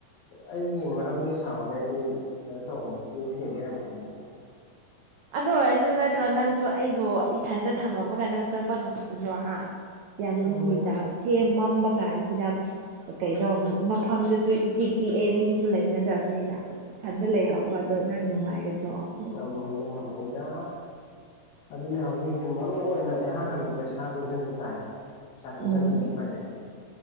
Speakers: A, on the left (about 75°); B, on the right (about 85°).
A: ꯑꯩꯒꯤ ꯃꯔꯝꯗꯒꯤ ꯁꯥꯎꯕꯖꯦ ꯑꯩꯗꯤ ꯀꯩꯅꯣ ꯇꯧꯝꯅꯦ ꯃꯤ ꯊꯦꯝꯕ ꯌꯥꯝ ꯍꯩꯕꯅꯦ
B: ꯑꯗꯨ ꯑꯣꯏꯔꯁꯨ ꯅꯠꯇ꯭ꯔꯣ ꯅꯪꯁꯨ ꯑꯩꯕꯨ ꯏꯊꯟꯗ ꯊꯝꯃꯝꯃꯒ ꯅꯪ ꯆꯠꯄ ꯉꯝꯒꯗ꯭ꯔꯣ ꯍꯥ ꯌꯥꯝ
A: ꯉꯝꯃꯣꯏꯗ
B: ꯅꯨꯃꯤꯗꯥꯡ ꯊꯦꯝ ꯃꯝꯕ ꯀꯥꯟꯁꯤꯗ ꯑꯥ ꯀꯩꯅꯣ ꯃꯥ ꯃꯐꯝꯗꯨꯁꯨ ꯏꯆꯤꯛ ꯆꯤꯛꯑꯦ ꯃꯤꯁꯨ ꯂꯩꯅꯗꯝꯅꯤꯅ ꯏꯊꯟꯗ ꯂꯩꯍꯧꯕꯗꯣ ꯅꯪ ꯅꯨꯡꯉꯥꯏꯒꯗ꯭ꯔꯣ ꯍꯨꯝ
A: ꯃꯣꯏꯅ ꯉꯝꯃꯣꯏꯗꯥ ꯑꯗꯨꯅꯦ ꯍꯧꯖꯤꯛꯁꯦ ꯃꯣꯠ ꯔꯨ ꯑꯣꯏꯅ ꯏꯍꯥꯟ ꯍꯥꯟꯅ ꯄꯩꯁꯥ ꯇꯨꯡꯖꯟꯕ ꯇꯥꯏ ꯄꯩꯁꯥ ꯇꯨꯡꯖꯟꯗꯗꯤ
B: ꯎꯝ
A: ꯎꯄꯥꯏ ꯂꯩꯇꯦ